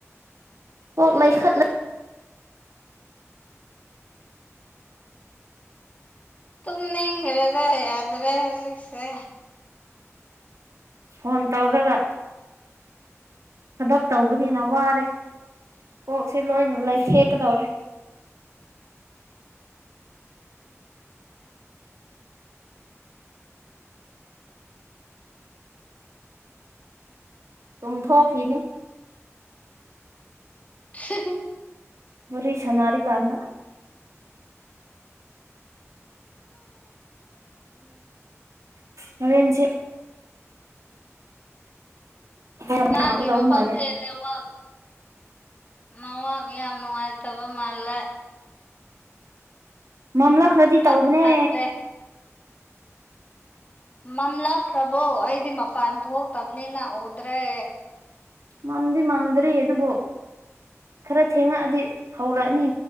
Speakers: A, on the right; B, on the left.
A: ꯀꯣꯛ ꯂꯩꯈꯠꯂ
B: ꯇꯨꯝꯅꯤꯡꯈ꯭ꯔꯦꯗ ꯌꯥꯗ꯭ꯔꯦ ꯍꯧꯖꯤꯛꯁꯦ꯫
A: ꯐꯣꯟ ꯇꯧ꯭ꯔꯒ ꯊꯕꯛ ꯇꯧꯕꯅꯤꯅ ꯋꯥꯔꯦ ꯀꯣꯛꯁꯦ ꯂꯣꯏꯅ ꯂꯩꯊꯦꯛꯀꯗꯧꯔꯦ꯫ ꯇꯨꯝꯊꯣꯛꯈꯤꯅꯤ꯫
B: <unintelligible>
A: ꯋꯥꯔꯤ ꯁꯥꯅꯔꯤ ꯀꯥꯟꯗ꯫ <inaudible> ꯍꯧꯔꯦꯟꯁꯦ ꯌꯥꯝ
B: ꯅꯥꯡꯒꯤ
A: ꯌꯥꯝꯃꯛꯀꯗꯧꯕ
B: ꯃꯐꯝꯁꯦ
A: ꯃꯥꯜꯂꯦ
B: ꯅꯦꯋꯥꯛ ꯅꯋꯥꯛ ꯌꯥꯝ ꯅꯨꯡꯉꯥꯏꯇꯕ ꯃꯥꯜꯂꯦ꯫
A: ꯃꯝꯂꯛꯈ꯭ꯔꯗꯤ
B: ꯇꯠ
A: ꯇꯧꯕꯅꯦ꯫
B: ꯇꯠꯂꯦ ꯃꯝꯂꯛꯈ꯭ꯔꯕꯣ ꯑꯩꯗꯤ ꯃꯄꯥꯟ ꯊꯣꯛꯇꯕꯅꯤꯅ ꯎꯗ꯭ꯔꯦ꯫
A: ꯃꯝꯗꯤ ꯃꯝꯗ꯭ꯔꯤ ꯑꯗꯨꯕꯨ ꯈꯔ ꯊꯦꯡꯉꯛꯑꯗꯤ ꯍꯧꯔꯛꯑꯅꯤ